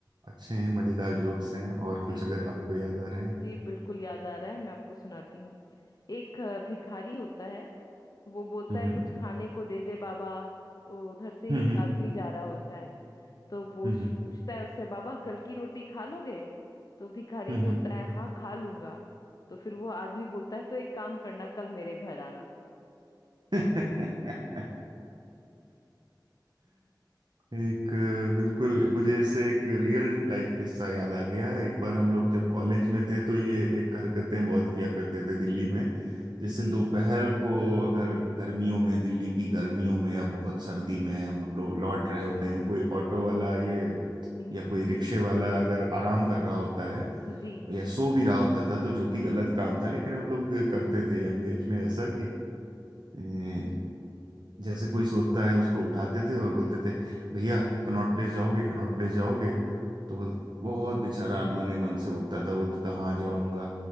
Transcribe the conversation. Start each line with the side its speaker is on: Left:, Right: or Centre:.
Right: अच्छे हैं मजेदार जोक्स हैं और कुछ
Left: जी
Right: अगर आपको याद आ रहे हैं
Left: जी बिल्कुल याद आ रहा है मैं आपको सुनाती हूँ एक अ, भिखारी होता है वो बोलता
Right: हम्म
Left: है कुछ खाने को दे दे बाबा तो उधर से ही
Right: हम्म
Left: एक
Right: हम्म
Left: आदमी जा रहा होता है तो पूछ
Right: हम्म
Left: पूछता है उससे बाबा कल की रोटी खा लोगे तो भिखारी
Right: हम्म
Left: बोलता
Right: हम्म,
Left: है हाँ खा लूंगा तो फिर वो आदमी बोलता है तो एक काम करना कल मेरे घर आना
Right: <laughs> हम्म। एक अ, बिल्कुल मुझे इससे एक रियल लाइफ किस्सा याद आ गया एक बार
Left: हाँ
Right: हम लोग जब कॉलेज में थे तो ये एक हरकतें बहुत किया करते थे दिल्ली में जैसे
Left: जी
Right: दोपहर को अगर गर्मियों में दिल्ली की गर्मियों में या बहुत सर्दी में अब हम लोग लौट रहे होते हैं कोई ऑटो वाला ये
Left: जी
Right: या कोई रिक्शे वाला अगर आराम कर रहा होता है
Left: जी
Right: या सो भी रहा होता था तो जो कि गलत काम था लेकिन हम लोग करते थे यंग एज में ऐसा कि जैसे कोई सोता है उसको उठाते थे और बोलते थे भैया कनॉट प्लेस जाओगे कनॉट प्लेस जाओगे तो बोल बहुत बेचारा अनमने मन से उठता था बोलता था हाँ जाऊंगा